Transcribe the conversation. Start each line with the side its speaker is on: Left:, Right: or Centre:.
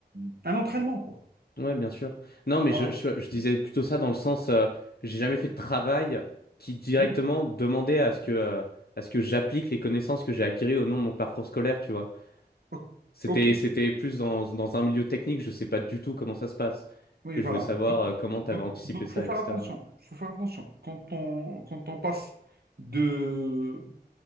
Right: euh, un entraînement, quoi.
Left: ouais, bien sûr. Non, mais
Right: Voilà.
Left: je, je, je disais plutôt ça dans le sens, euh, j'ai jamais
Right: Mm.
Left: fait de travail qui directement
Right: Oui.
Left: demandait à ce que, euh, à ce que j'applique les connaissances que j'ai acquises au nom de mon parcours scolaire, tu vois.
Right: O-
Left: C'était,
Right: OK.
Left: c'était plus dans, dans un milieu technique, je sais pas du tout comment ça se passe.
Right: Oui,
Left: Et
Right: voilà.
Left: je voulais savoir
Right: Donc,
Left: euh, comment tu
Right: donc,
Left: avais anticipé
Right: donc,
Left: ça,
Right: faut faire
Left: etc.
Right: attention. Faut faire attention. Quand on, quand on passe de